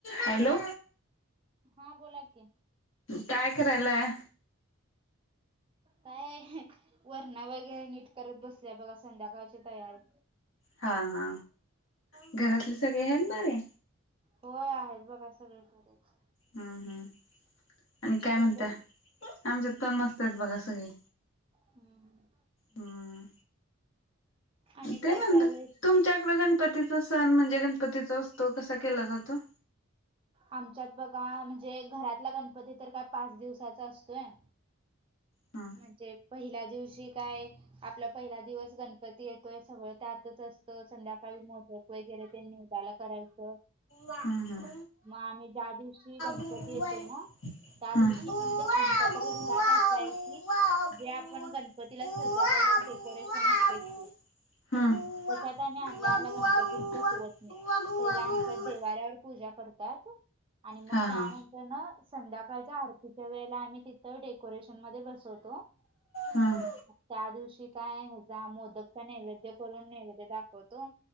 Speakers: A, on the left (about 65°); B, on the right (about 25°).
A: Hello
B: हा बोला की
A: काय करायलाय
B: काय वरणा वगैरे नीट करत बसल्याय बघा संध्याकाळची तयारी
A: हा हा घरातले सगळे आहेत बरे.
B: होय आहेत बघा सगळी बरे येत.
A: हम्म हम् आणि काय
B: कसे
A: म्हणता आमच्यात पण मस्त आहेत बघा सगळी.
B: हम्म
A: हम्म
B: आणि
A: ते
B: काय
A: नंतर
B: चालू आहे
A: तुमच्याकडे गणपतीत सण म्हणजे गणपतीचा उत्सव कसा केला जातो?
B: आमच्यात बघा म्हणजे घरातला गणपती तर काय पाच दिवसाचा असतोय.
A: हा
B: म्हणजे पहिल्या दिवशी काय आपला पहिला दिवस गणपती येतोय सगळं त्यातच अस त संध्याकाळी मोटक वगैरे ते निवदला करायचं.
A: हम्म
B: म आम्ही ज्या दिवशी गणपती
A: हम्म
B: येतोय ना त्या
A: बुवा
B: दिवशी म्हणजे आमच्या
A: बुवा
B: तरी घरात असा आहे
A: बुवा
B: की
A: बुवा
B: जे आपण गणपतीला सजवलेले एक
A: बुवा
B: डेकोरेशन असतय
A: बुवा बु
B: की
A: बुवा
B: त्याच्यात आम्ही आणल्या आणल्या
A: बुवा बुवा बुवा
B: गणपती
A: बुवा
B: सुवत नाही
A: बुवा
B: पहिला
A: बुवा
B: आमच्या देवाऱ्यावर पूजा करतात आणि मग
A: हा
B: त्यान
A: हा
B: तर ना संध्याकाळच्या आरतीच्या वेळेला आम्ही तिथं डेकोरेशन मध्ये बसवतो
A: हम्म
B: त्या दिवशी काय ह्याचा मोदकचा नैवेद्य करून नैवेद्य दाखवतो.